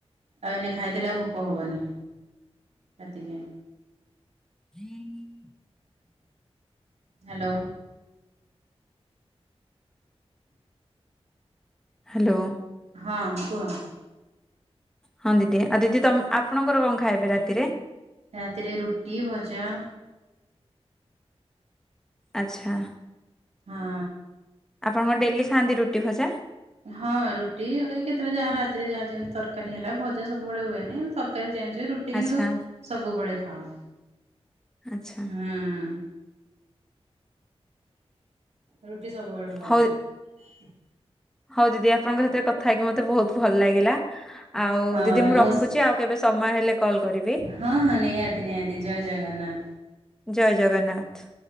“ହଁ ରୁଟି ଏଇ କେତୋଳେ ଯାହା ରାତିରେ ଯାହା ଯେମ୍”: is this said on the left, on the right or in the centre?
Right